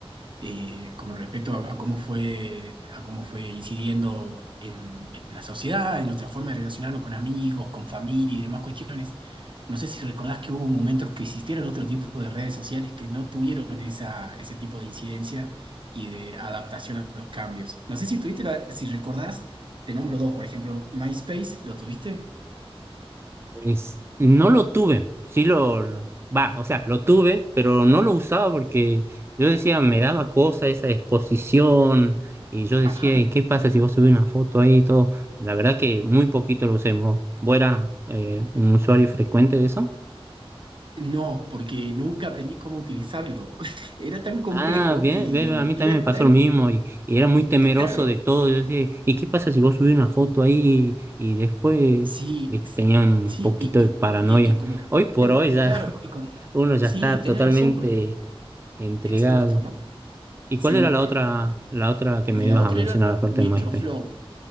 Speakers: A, on the right (about 55°); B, on the right (about 25°).
A: eh, como respecto a, a, cómo fue, a cómo fue incidiendo en, en, la sociedad, en nuestra forma de relacionarnos con amigos, con familia y demás cuestiones. No sé si recordás que hubo momentos que existieron otro tipo de redes sociales que no tuvieron esa, ese tipo de incidencia y de adaptación a los cambios. No sé si tuviste, la- si recordás, te nombro dos, por ejemplo, MySpace, ¿lo tuviste?
B: Es- no lo tuve, sí lo, lo- va, o sea, lo tuve, pero no lo usaba porque yo decía, me daba cosa esa exposición y yo decía,
A: Ajá.
B: ¿y qué pasa si vos subís una foto ahí y todo? La verdad que muy poquito lo usemos. ¿Vos eras eh, un usuario frecuente de eso?
A: No, porque nunca aprendí cómo utilizarlo. <laughs> Era tan complejo
B: Ah, bien,
A: que
B: bien, a mí también
A: era
B: me pasó
A: tan
B: lo mismo y, y era muy temeroso
A: caro.
B: de todo. Yo decía, ¿y qué pasa si vos subís una foto ahí y, después,
A: Sí,
B: viste,
A: sí,
B: tenía un
A: sí,
B: poquito
A: y,
B: de paranoia?
A: y- y- y como que recién,
B: Hoy por hoy ya
A: claro,
B: <laughs>
A: y como,
B: uno ya
A: sí,
B: está
A: tenés
B: totalmente
A: razón por
B: Entregado.
A: expuesto, ¿no?
B: ¿Y
A: Sí,
B: cuál era la otra, la otra que
A: y
B: me
A: la
B: ibas
A: otra
B: a mencionar
A: era
B: aparte
A: Metroflow.
B: de MySpace?